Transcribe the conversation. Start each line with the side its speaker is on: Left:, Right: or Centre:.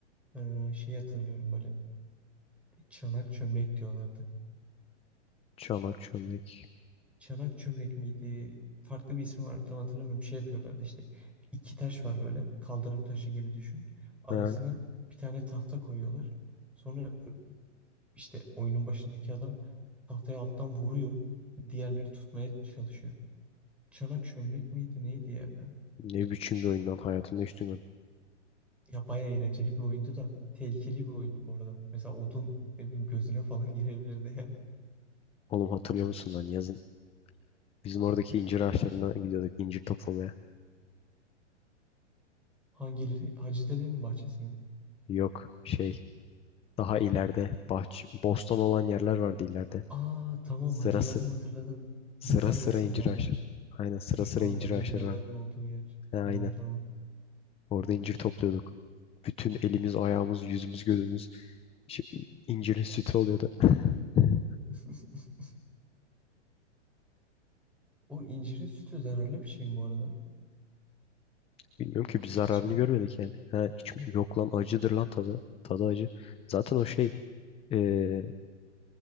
Centre: e, şey hatırlıyorum böyle çanak çömlek diyorlardı.
Left: Çanak çömlek.
Centre: Çanak çömlek miydi? Farklı bir ismi var tam hatırlamıyorum. Şey yapıyorlardı işte iki taş var böyle kaldırım taşı gibi düşün. Arasına
Left: Ha,
Centre: bir tane tahta koyuyorlar. Sonra ö- işte oyunun başındaki adam tahtayı alttan vuruyor. Diğerleri tutmaya çalışıyor. Çanak çömlek miydi neydi ya?
Left: ne biçim bir oyundan hayatımda hiç duymadım.
Centre: Ya bayağı eğlenceli bir oyundu da tehlikeli bir oyundu bu arada. Mesela odun ne bileyim gözüne falan <laughs> girebilirdi yani.
Left: Oğlum hatırlıyor musun lan yazın? Bizim oradaki incir ağaçlarına gidiyorduk incir toplamaya.
Centre: Hangileri? Hacı Dede'nin bahçesi mi?
Left: Yok şey daha ileride bahçe, bostan olan yerler vardı ileride.
Centre: Aa tamam
Left: Sıra
Centre: hatırladım
Left: sıra
Centre: hatırladım.
Left: sıra
Centre: Yukarı
Left: sıra
Centre: kısımlarda.
Left: incir ağaçları. Aynen sıra
Centre: Şu
Left: sıra
Centre: anda
Left: incir ağaçları
Centre: villaların
Left: vardı.
Centre: olduğu yer.
Left: Ha,
Centre: Tamam
Left: aynen.
Centre: tamam.
Left: Orada incir topluyorduk. Bütün elimiz, ayağımız, yüzümüz, gözümüz şey, incirin sütü oluyordu. <laughs>
Centre: <laughs> O incirin sütü zararlı bir şey mi bu arada?
Left: Bilmiyorum ki bir zararını
Centre: İçmek.
Left: görmedik yani. Ha, hiç mi? Yok lan acıdır lan tadı. Tadı acı. Zaten o şey eee,